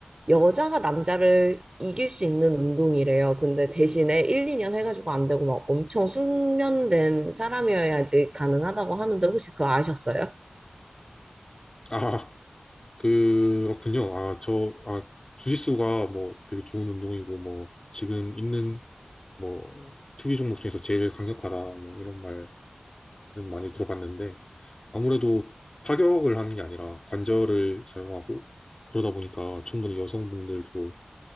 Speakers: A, on the right (about 30°); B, on the left (about 25°).
A: 여자가 남자를 이길 수 있는 운동이래요. 근데 대신에 1, 2년 해가지고 안 되고 막 엄청 숙련된 사람이어야지 가능하다고 하는데 혹시 그거 아셨어요?
B: 아, <laughs> 그렇군요. 아, 저, 아, 주짓수가 뭐 되게 좋은 운동이고 뭐 지금 있는 뭐 투기 종목 중에서 제일 강력하다 뭐 이런 말은 많이 들어봤는데 아무래도 타격을 하는 게 아니라 관절을 사용하고 그러다 보니까 충분히 여성분들도